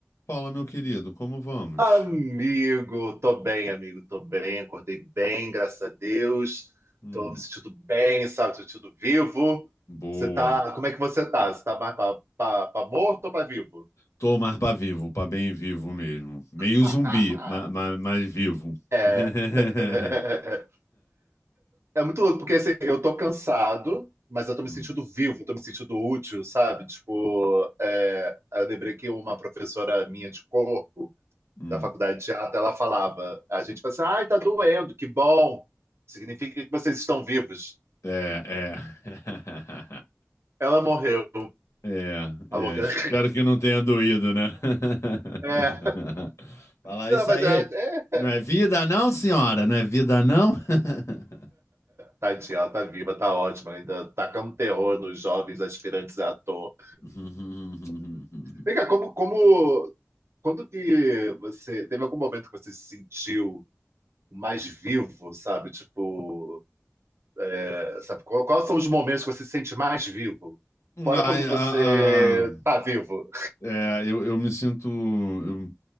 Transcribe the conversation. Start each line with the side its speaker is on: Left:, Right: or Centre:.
Left: Fala, meu querido, como vamos?
Right: Amigo, tô bem, amigo, tô bem, acordei bem, graças a Deus.
Left: Hum,
Right: Tô me sentindo bem, sabe, tô me sentindo vivo.
Left: boa.
Right: Você tá, como é que você tá? Você tá mais pra, pra, pra morto ou pra vivo?
Left: Tô mais pra vivo, pra bem vivo mesmo. Meio
Right: <laughs>
Left: zumbi, ma- ma- mas vivo.
Right: É.
Left: <laughs>
Right: <laughs> É muito louco, porque assim, eu tô cansado, mas eu tô me
Left: Hum,
Right: sentindo vivo, tô me sentindo útil, sabe? Tipo, é, eu lembrei que uma professora minha de corpo
Left: hum.
Right: da faculdade de teatro, ela falava. A gente falava assim, ai, tá doendo, que bom. Significa que vocês estão vivos.
Left: É, é. <laughs>
Right: Ela morreu.
Left: É, é.
Right: A louca.
Left: Espero
Right: <laughs>
Left: que não tenha doído, né? <laughs>
Right: É,
Left: Falar
Right: não,
Left: isso
Right: mas
Left: aí.
Right: é, é.
Left: Não é vida, não, senhora? Não é vida, não? <laughs>
Right: Tadinha, ela tá viva, tá ótima, ainda tacando terror nos jovens aspirantes a ator.
Left: <laughs>
Right: Vem cá, como, como, quando que você, teve algum momento que você se sentiu mais vivo, sabe? Tipo, é, sabe, qual- quais são os momentos que você se sente mais vivo?
Left: A,
Right: Fora quando você
Left: a- a-
Right: tá vivo.
Left: É, eu, eu me sinto. eu-